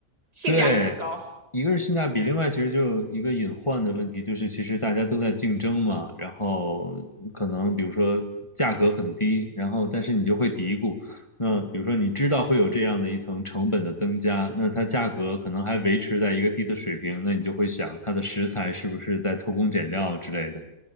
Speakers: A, on the right; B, on the left.
A: 性价比不高。
B: 对，一个是性价比，另外其实就有一个隐患的问题，就是其实大家都在竞争嘛，然后可能比如说价格很低，然后但是你就会嘀咕，那比如说你知道会有这样的一层成本的增加，那它价格可能还维持在一个低的水平，那你就会想它的食材是不是在偷工减料之类的，